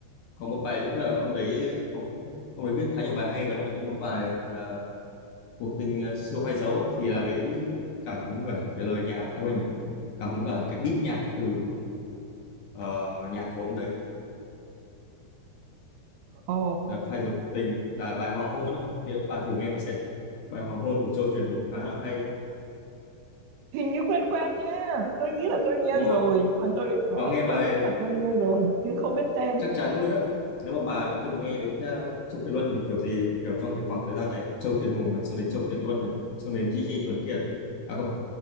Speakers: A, on the left; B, on the right.
A: có một bài nữa là ông đấy có, ông ấy viết khá nhiều bài hay và trong đấy có một bài là cuộc tình ờ, xưa phai dấu á, thì là lấy cảm hứng cả cái lời nhạc à, quên nhầm, cảm hứng cả cái beat nhạc từ ờ, nhạc của ông đấy
B: ồ
A: là phai dấu cuộc tình là bài hoàng hôn ấy thì các bà thử nghe mà xem bài hoàng hôn của Châu Truyền cũng khá là hay
B: hình như quen quen nha tôi nghĩ là tôi nghe
A: đúng
B: rồi
A: không
B: nhưng mà tôi ờ,
A: nó nghe bài
B: tôi nghĩ là tôi nghe rồi nhưng không biết tên
A: chắc chắn luôn á nếu mà bà đã từng nghe đến ờ, Châu Kiệt Luân thì kiểu gì kiểu trong cái khoảng thời gian này là Châu Truyền Hùng này xong đến Châu Kiệt Luân này xong đến Gigi Tuấn Kiệt à không